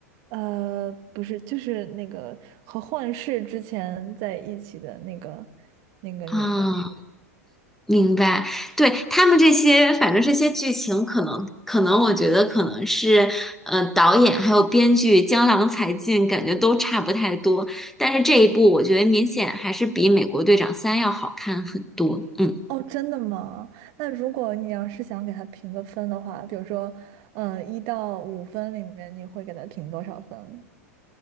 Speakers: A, on the right; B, in the centre.
A: 呃，不是，就是那个和幻视之前在一起的那个那个女的。
B: 啊。明白，对，他们这些，反正这些剧情，可能可能，我觉得可能是，呃，导演还有编剧江郎才尽，感觉都差不太多。但是这一部，我觉得明显还是比《美国队长三》要好看很多。嗯。
A: 哦，真的吗？那如果你要是想给她评个分的话，比如说，嗯、一到五分里面，你会给她评多少分？